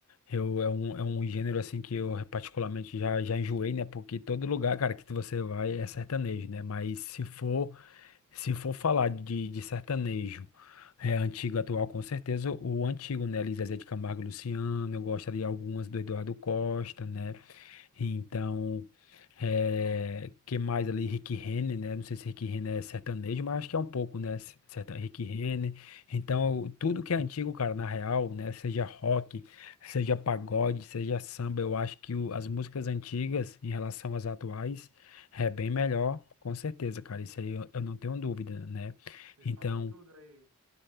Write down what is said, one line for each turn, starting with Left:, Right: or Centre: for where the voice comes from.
Left: eu, é um, é um gênero, assim, que eu particularmente já, já enjoei, né? Porque todo lugar, cara, que você vai é sertanejo, né? Mas se for, se for falar de, de sertanejo é, antigo, atual, com certeza o antigo, né? Elis Zezé de Camargo e Luciano, eu gosto ali algumas do Eduardo Costa, né? Então, é, que mais ali? Rick Renner, né? Não sei se Rick Renner é sertanejo, mas acho que é um pouco, né? Serta, Rick Renner. Então, tudo que é antigo, cara, na real, né? Seja rock, seja pagode, seja samba, eu acho que o- as músicas antigas em relação às atuais é bem melhor, com certeza, cara. Isso aí eu, eu não tenho dúvida, né?
Right: Você
Left: Então.
Right: falou tudo aí.